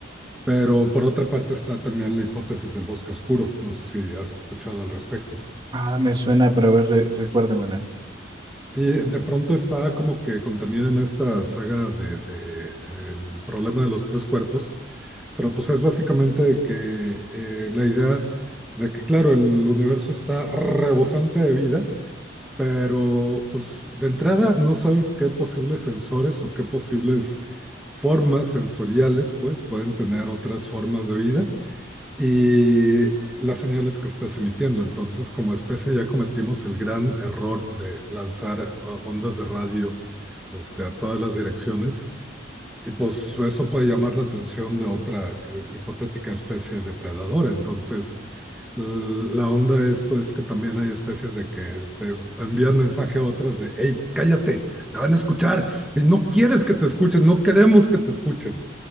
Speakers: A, in the centre; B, on the right.
A: Pero por otra parte está también la hipótesis del bosque oscuro. No sé si has escuchado al respecto.
B: Ah, me suena, pero a ver, re- recuérdamela.
A: Sí, de pronto está como que contenida en esta saga de, de, eh, el problema de los tres cuerpos. Pero pues es básicamente que eh, la idea de que, claro, el universo está rebosante de vida pero pues de entrada no sabes qué posibles sensores o qué posibles formas sensoriales pues pueden tener otras formas de vida y las señales que estás emitiendo. Entonces, como especie ya cometimos el gran error de lanzar eh, ondas de radio este, a todas las direcciones y pues eso puede llamar la atención de otra eh, hipotética especie depredadora. Entonces, l- la onda de esto es que también hay especies de que este, envían mensaje a otras de, hey, cállate, te van a escuchar, y no quieres que te escuchen, no queremos que te escuchen.